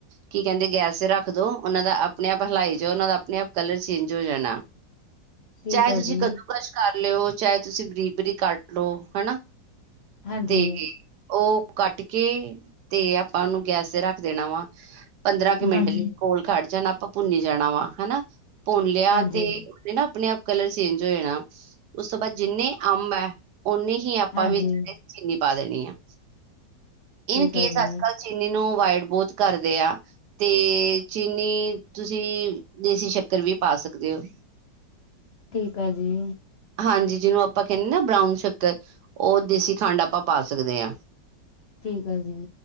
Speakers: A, on the right (about 65°); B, on the left (about 85°).
A: ਕੀ ਕਹਿੰਦੇ ਗੈਸ ਤੇ ਰੱਖ ਦੋ, ਉਹਨਾਂ ਦਾ ਆਪਣੇ ਆਪ ਹਿਲਾਈ ਜਾਉ, ਉਹਨਾਂ ਦਾ ਆਪਣੇ ਆਪ ਕਲਰ ਚੇਂਜ ਹੋ ਜਾਣਾ।
B: ਠੀਕ
A: ਚਾਹੇ
B: ਆ
A: ਤੁਸੀਂ
B: ਜੀ
A: ਕੱਦੂਕਸ਼ ਕਰ ਲਿਓ, ਚਾਹੇ ਤੁਸੀਂ ਬਰੀਬ -ਬਰੀਕ ਕੱਟ ਲਉ। ਹਨਾ
B: ਹਾਂਜੀ
A: ਤੇ ਉਹ ਕੱਟ ਕੇ ਤੇ ਆਪਾਂ ਉਹਨੂੰ ਗੈਸ ਤੇ ਰੱਖ ਦੇਣਾ ਵਾ। ਪੰਦਰਾਂ ਕੁ ਮਿੰਟ
B: ਹਾਂਜੀ
A: ਲਈ ਕੋਲ ਖੜ ਜਾਣਾ, ਆਪਾਂ ਭੁੰਨੀ ਜਾਣਾ ਵਾ ਹਨਾ। ਭੁੰਨ ਲਿਆ
B: ਹਾਂਜੀ
A: ਤੇ ਨਾ ਆਪਣੇ ਆਪ ਕਲਰ ਚੇਂਜ ਹੋ ਜਾਣਾ, ਉਸ ਤੋਂ ਬਾਅਦ ਜਿੰਨੇ ਅੰਬ ਐ ਓਨੇ ਹੀ ਆਪਾਂ
B: ਹਾਂਜੀ
A: ਵਿੱਚ ਇਹਦੇ ਚੀਨੀ ਪਾ ਦੇਣੀ ਆ,
B: ਠੀਕ
A: ਇਨ ਕੇਸ
B: ਆ ਜੀ
A: ਅੱਜ-ਕੱਲ ਚੀਨੀ ਨੂੰ ਅਵਾਇਡ ਬਹੁਤ ਕਰਦੇ ਆ। ਤੇ ਚੀਨੀ ਤੁਸੀਂ ਦੇਸੀ ਸ਼ੱਕਰ ਵੀ ਪਾ ਸਕਦੇ ਹੋ।
B: ਠੀਕ ਆ ਜੀ।
A: ਹਾਂਜੀ, ਜਿਹਨੂੰ ਆਪਾਂ ਕਹਿੰਨੇ ਨਾ ਬਰਾਊਨ ਸ਼ੱਕਰ। ਉਹ ਦੇਸੀ ਖੰਡ ਆਪਾਂ ਪਾ ਸਕਦੇ ਹਾਂ।
B: ਠੀਕ ਆ ਜੀ।